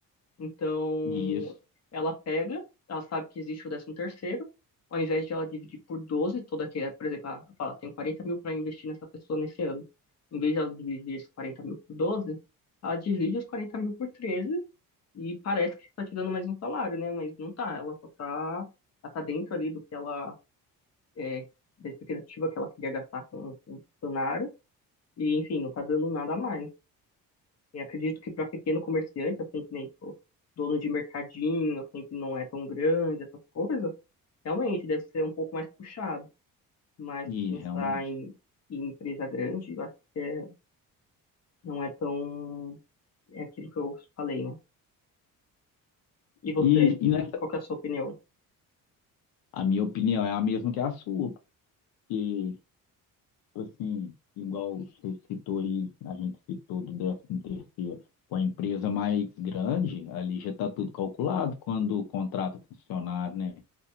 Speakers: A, on the left; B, on the left.
A: Então,
B: E isso,
A: ela pega, ela sabe que existe o décimo terceiro, ao invés de ela dividir por 12 toda que, é, por exemplo, ela fala, tenho 40 mil para investir nessa pessoa nesse ano. Em vez de ela dividir esses 40 mil por doze ela divide os 40 mil por 13 e parece que está te dando mais um salário, né? Mas não tá, ela só tá, ela tá dentro ali do que ela, é, da expectativa que ela queria gastar com com o funcionário. E, enfim, não tá dando nada a mais. E acredito que para pequeno comerciante, assim, que nem, tipo, dono de mercadinho, assim, que não é tão grande, essas coisas, realmente deve ser um pouco mais puxado. Mas
B: e
A: pensar
B: realmente.
A: em, em empresa grande, eu acho que é- não é tão. É aquilo que eu falei, né? E você?
B: E, e nessa-
A: Qual que é a sua opinião?
B: a minha opinião é a mesma que a sua, porque Tipo assim, igual você citou aí, a gente citou do 13 terceiro, com a empresa mais grande, ali já está tudo calculado quando contrata funcionário, né?